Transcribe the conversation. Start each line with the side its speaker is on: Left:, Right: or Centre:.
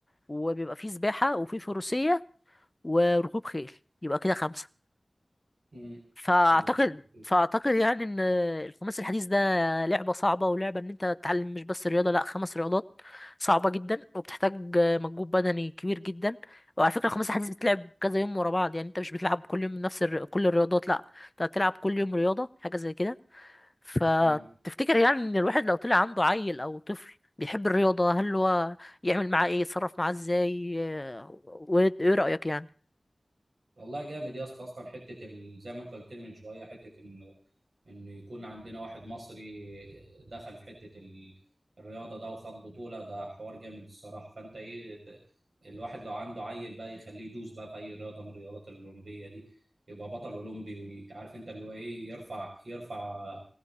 Left: وبيبقى فيه سباحة وفيه فروسية وركوب خيل يبقى كده خمسة
Right: امم
Left: فأعتقد
Right: بالظبط
Left: فأعتقد يعني إن الخماسي الحديث ده لعبة صعبة ولعبة إن أنت تتعلم مش بس رياضة لأ خمس رياضات صعبة جدا وبتحتاج مجهود بدني كبير جدا وعلى فكرة الخماسي الحديث بتلعب كذا يوم ورا بعض يعني أنت مش بتلعب كل يوم نفس الر... كل الرياضات لأ أنت هتلعب كل يوم رياضة حاجة زي كده فتفتكر
Right: كده
Left: يعني إن الواحد لو طلع عنده عيل أو طفل بيحب الرياضة هل هو يعمل معاه إيه يتصرف معاه إزاي آه، وإيه رأيك يعني
Right: والله جامد يا اسطى اصلا حته ال... زي ما انت قلت لي من شويه حته انه انه يكون عندنا واحد مصري دخل في حته ال... الرياضه ده وخد بطوله ده حوار جامد الصراحه فانت ايه ت- الواحد لو عنده عيل بقى يخليه يدوس بقى في اي رياضه من الرياضات الاولمبيه دي يبقى بطل اولمبي وعارف انت اللي هو ايه يرفع يرفع